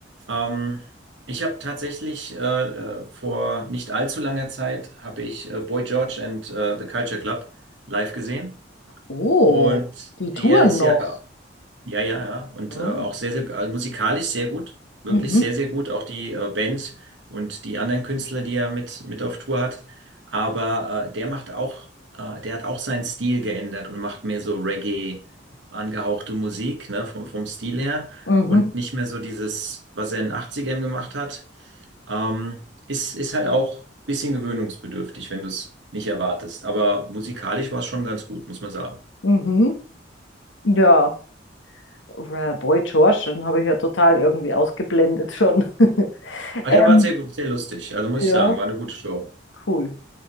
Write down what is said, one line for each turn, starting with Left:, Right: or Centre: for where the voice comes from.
Right: Ähm, ich habe tatsächlich äh, äh, vor nicht allzu langer Zeit habe ich äh, Boy George and äh, the Culture Club live gesehen.
Left: Oh,
Right: Und
Left: die touren
Right: der ist
Left: noch.
Right: ja Ja, ja, ja. Und
Left: Hm.
Right: äh, auch sehr, sehr, also musikalisch sehr gut. Wirklich
Left: Mhm,
Right: sehr, sehr gut. Auch die äh, Band und die anderen Künstler, die er mit, mit auf Tour hat. Aber äh, der macht auch, äh, der hat auch seinen Stil geändert und macht mehr so Reggae angehauchte Musik, ne, vom, vom Stil her.
Left: mhm,
Right: Und nicht mehr so dieses, was er in den 80ern gemacht hat. Ähm, ist, ist halt auch ein bisschen gewöhnungsbedürftig, wenn du es nicht erwartest. Aber musikalisch war es schon ganz gut, muss man sagen.
Left: mhm. Ja, Äh, Boy George, den habe ich ja total irgendwie ausgeblendet schon. <laughs>
Right: Ah,
Left: Ähm,
Right: der war sehr, gut- sehr lustig. Also muss
Left: ja,
Right: ich sagen, war eine gute Show.
Left: cool.